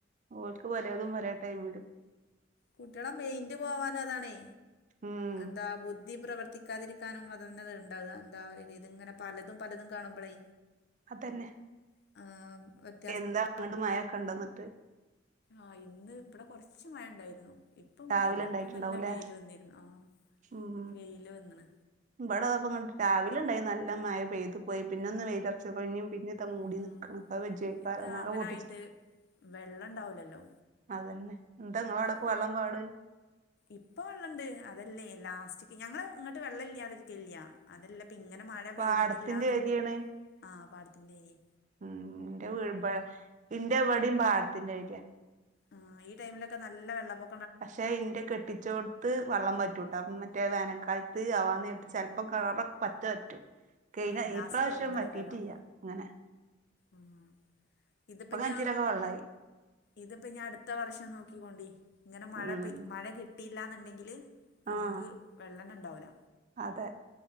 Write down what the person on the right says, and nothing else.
ഓല്ക്ക് പലേതും പലേ ടൈമില്
ഉം
അതന്നെ
എന്താ അങ്ങട്ട് മയ ഒക്കെ ഉണ്ട എന്നിട്ട്
രാവിലെ
ഇണ്ടായിട്ടുണ്ടാവൂലേ
ഉം
ഇവിടെ വന്നപ്പോ രാവിലെ ഉണ്ടായിന്ന് നല്ല മഴ പെയ്തു പോയി പിന്നെ ഒന്ന് വെയ്ലൊറച്ച <unintelligible> പിന്നെ മൂടി
നിക്കണ് അപ്പൊ <unintelligible>
ഒന്നാകെ
ഓട്ടിച്ച്
അതന്നെ, എന്നിട്ട് നിങ്ങളവിടെക്ക
വെള്ളം പാട്
പാടത്തിന്റെ ഏരിയാണ്
ഉം എന്റെ <unintelligible> ഇന്റെ ഇവിടെയും പാടത്തിന്റെ അരി
പക്ഷെ ഇന്റെ കെട്ടിച്ചോ ത്ത് വെള്ളം വറ്റൂട്ടോ മറ്റേ വേനക്കാലത്ത് അവാനേരത്ത് ചെലപ്പം കിണറൊക്കെ പറ്റ വറ്റും കയിഞ്ഞ
ഈ പ്രാവശ്യം
വറ്റീട്ടില്ല അങ്ങനെ
ഇപ്പൊ
കിണറ്റിലൊക്കെ വെള്ളായി
ഉം
ആഹ്
അതെ